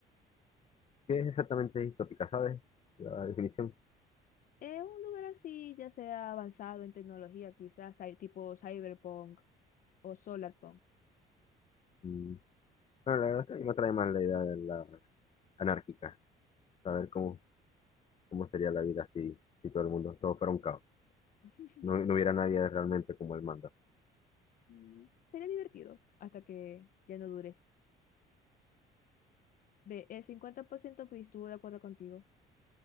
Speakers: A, on the left; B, on the left.
A: ¿Qué es exactamente distópica, sabes? La definición.
B: Es un lugar así, ya sea avanzado en tecnología, quizás hay tipo cyberpunk o solarpunk.
A: Mm, Bueno, la verdad es que a mí me atrae más la idea de la anárquica. Saber cómo cómo sería la vida si, si todo el mundo, todo fuera un caos.
B: <laughs>
A: No, no hubiera nadie realmente como él manda.
B: Mm, Sería divertido hasta que ya no dures. Ve, el 50% free, estuvo de acuerdo contigo.